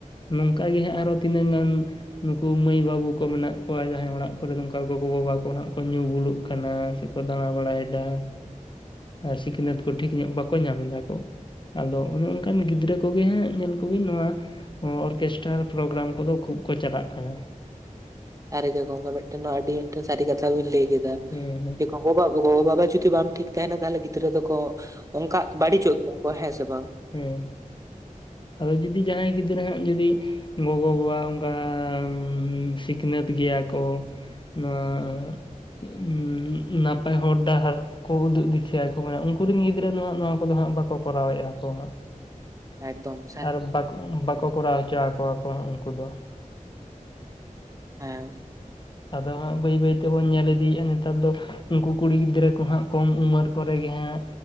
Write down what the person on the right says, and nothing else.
ᱟᱨᱮ ᱡᱚ ᱜᱚᱝᱠᱮ, ᱢᱤᱫᱴᱮᱱ ᱱᱚᱣᱟ ᱟᱹᱰᱤ ᱟ. ᱱᱴᱷᱟ ᱥᱟᱹᱨᱤ ᱠᱟᱛᱷᱟ ᱵᱤᱱ, ᱞᱟᱹᱭ ᱠᱮᱫᱟ ᱾
ᱜᱚ-ᱵᱟ ᱜᱚ-ᱵᱟᱵᱟ, ᱡᱩᱫᱤ ᱵᱟᱢ ᱴᱷᱤᱠ ᱛᱟᱦᱮᱱᱟ, ᱛᱟᱦᱚᱞᱮ ᱜᱤᱫᱽᱨᱟᱹ ᱫᱚᱠᱚ, ᱟᱻᱦ-ᱜ, ᱚᱱᱠᱟ ᱵᱟᱹᱲᱤᱡᱚᱜ ᱜᱮᱭᱟ ᱠᱚ, ᱦᱮᱸ ᱥᱮ ᱵᱟᱝ?
ᱮᱠᱫᱚᱢ ᱾
ᱮᱸᱻ ᱾